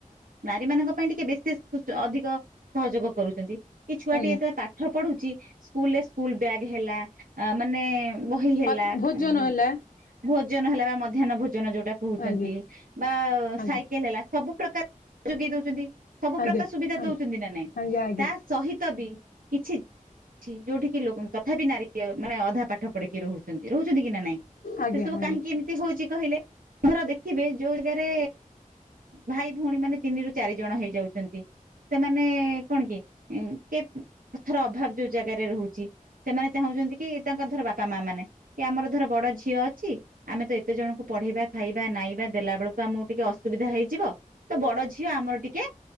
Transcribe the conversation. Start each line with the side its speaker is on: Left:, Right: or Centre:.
Right: ନାରୀ ମାନଙ୍କ ପାଇଁ ଟିକେ ବିଶେଷ ଅଧିକ ସହଯୋଗ କରୁଛନ୍ତି କି ଛୁଆଟି
Left: ଆଜ୍ଞା
Right: ଯେତେଳେ ପାଠ ପଢୁଛି ସ୍କୁଲରେ ସ୍କୁଲ ବ୍ୟାଗ୍ ହେଲା ମାନେ ବହି ହେଲା
Left: ମା ଭୋଜନ
Right: ଉୁଁ।
Left: ହେଲା
Right: ଭୋଜନ ହେଲା ବା ମଧ୍ୟାହ୍ନ ଭୋଜନ ଯୋଉଟା କହୁଛନ୍ତି
Left: ଆଜ୍ଞା
Right: ବା
Left: ଆଜ୍ଞା
Right: ସାଇକେଲ ହେଲା ସବୁ ପ୍ରକାର ଯୋଗେଇ ଦଉଛନ୍ତି ସବୁ
Left: ଆଜ୍ଞା
Right: ପ୍ରକାର ସୁବିଧା
Left: ଆଜ୍ଞା।
Right: ଦଉଛନ୍ତି ନା ନାଇଁ
Left: ଆଜ୍ଞା ଆଜ୍ଞା
Right: ତା ସହିତ ବି କିଛି ଯୋଉଠି କି ଲୋକ ତଥାପି ନାରୀ ମାନେ ଅଧା ପାଠ ପଢିକି ରହୁଛନ୍ତି ରହୁଛନ୍ତି କି ନା ନାଇଁ।
Left: ଆଜ୍ଞା
Right: ସେ ସବୁ
Left: ଆଜ୍ଞା
Right: କାହିଁକି ଏମି ତି ହଉଛି କହିଲେ ଧର ଦେଖିବେ ଯୋଉ ଜାଗାରେ ଭାଇ ଭଉଣୀ ମାନେ ତିନି ରୁ ଚାରି ଜଣ ହେଇଯାଉଛନ୍ତି। ସେମାନେ କଣ କି କେ ପଥର ଅଭାବ ଯୋଉ ଜାଗାରେ ରହୁଛି। ସେମାନେ ଚାହୁଁଛନ୍ତି କି ତାଙ୍କର ଧର ବାପା ମା ମାନେ କି ଆମର ଧର ବଡ ଝିଅ ଅଛି। ଆମେ ତ ଏତେ ଜଣଙ୍କୁ ପଢେଇବା ଖାଇବା ନାଇବା ଦେଲା ବେଳକୁ ଆମକୁ ଟିକେ ଅସୁବିଧା ହେଇଯିବ। ତ ବଡ ଝିଅ ଆମର ଟିକେ